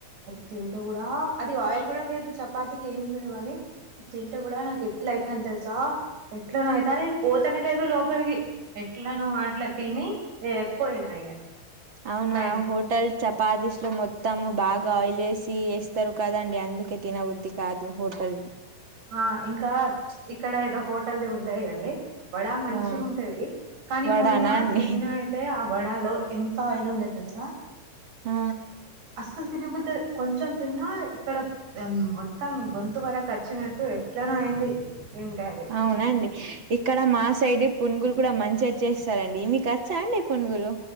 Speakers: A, on the right; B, on the right.
A: అది తింటే కూడా అది ఆయిల్ కూడా లేదు చపాతికి ఏం <unintelligible> కాని తింటే కూడా నాకు ఎట్ల అయితాంది తెలుసా ఎట్లనొ అయితంది పోతనే లేదు లోపలికి ఎట్లానొ అట్లా తిని ఏ పోయినా ఇగ
B: అవునా
A: బ్యాంక్కి
B: హో ట్టల్ చపాతీస్లో మొత్తము బాగా ఆయిలేసి వేస్తారు కదాండి అందుకే తినబుద్ధి కాదు హోటల్ ది
A: ఆ ఇంకా ఇక్కడ ఏదో హోటల్ది ఉంటాది అండి వడా మంచిగా
B: ఆ
A: ఉంటది కానీ
B: వడానా
A: మొన్న
B: అండి
A: తిన్నా తే ఆ వడాలో ఎంత ఆయిల్ ఉండేది తెలుసా
B: ఆ
A: అస్సలు తినబుద్ కొంచెం తిన్నా ఇక్కడ దా మొత్తం గొంతు వరకు వచ్చినట్టు ఎట్లనో అయింది తింటే అది
B: అవునండి ఇక్కడ మా సైడ్ పునుగులు కూడా మంచి వచ్చేస్తారండి మీకు వచ్చా అండి పునుగులు